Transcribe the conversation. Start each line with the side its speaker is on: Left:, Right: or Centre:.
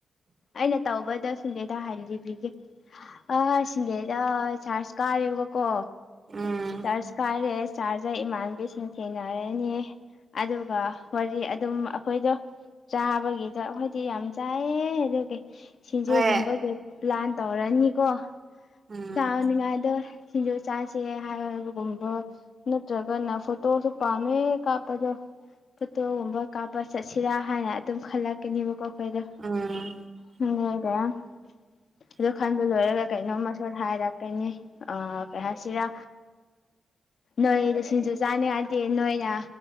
Left: ꯑꯩꯅ ꯇꯧꯕꯗ꯫ ꯁꯤꯟꯗꯦꯗ ꯍꯥꯏꯟꯕꯤꯒꯦ ꯑ ꯁꯤꯟꯗꯦꯗ ꯆꯔꯖ ꯀꯥꯔꯦꯕꯀꯣ
Right: ꯎꯝ
Left: ꯆꯔꯁ ꯀꯥꯔꯦꯁ꯫ ꯆꯥꯖꯔ ꯏꯃꯥꯟꯕꯤꯁꯤꯡ ꯊꯦꯡꯅꯔꯅꯤ ꯑꯗꯨꯒ ꯋꯥꯔꯤ ꯑꯗꯨꯝ ꯑꯩꯈꯣꯏꯗꯣ ꯆꯥꯕꯒꯤꯗꯣ ꯑꯩꯈꯣꯏꯗꯤ ꯌꯥꯝ ꯆꯥꯏꯌꯦ ꯑꯗꯨꯒꯤ꯫ ꯁꯤꯡꯖꯨꯒꯨꯝꯕꯒꯤ
Right: ꯍꯣꯏ
Left: ꯄ꯭ꯂꯥꯟ ꯇꯧꯔꯅꯤꯀꯣ
Right: ꯎꯝ
Left: ꯆꯥꯅꯤꯉꯥꯏꯗꯣ꯫ ꯁꯤꯡꯖꯨ ꯆꯥꯥꯁꯦ ꯍꯥꯏꯕꯒꯨꯝꯕ ꯅꯠꯇ꯭ꯔꯒꯅ ꯐꯣꯇꯣꯁꯨ ꯄꯥꯝꯃꯦ ꯀꯥꯞꯄꯗꯣ ꯐꯣꯇꯣꯒꯨꯝꯕ ꯀꯥꯞꯄ ꯆꯠꯁꯤꯔꯥ ꯍꯥꯏꯅ ꯑꯗꯨꯝ ꯈꯜꯂꯛꯀꯅꯦꯕꯀꯣ ꯑꯩꯈꯣꯏꯗ
Right: ꯎꯝ
Left: <unintelligible> ꯑꯗꯨ ꯈꯟꯕ ꯂꯣꯏꯔꯒ ꯀꯩꯅꯣꯝꯃ ꯁꯣꯏꯗꯅ ꯍꯥꯏꯔꯛꯀꯅꯤ ꯑ ꯀꯩ ꯍꯥꯏꯁꯤꯔꯥ ꯅꯣꯏꯗ ꯁꯤꯡꯖ ꯆꯥꯅꯤꯡꯉꯥꯏꯇꯦ ꯅꯣꯏꯅ